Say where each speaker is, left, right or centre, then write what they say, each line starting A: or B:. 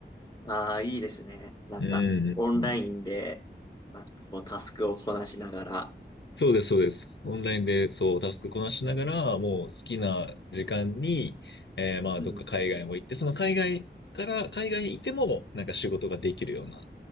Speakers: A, on the left; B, on the left.
A: ああ、いいですね。なんか、
B: うん。
A: オンラインで、まあ、こう、タスクをこなしながら。
B: そうです、そうです。オンラインで、そう、タスクこなしながら、もう好きな時間に、えーまあ、
A: うん。
B: どっか海外も行って、その海外から、海外にいても、なんか仕事ができるような、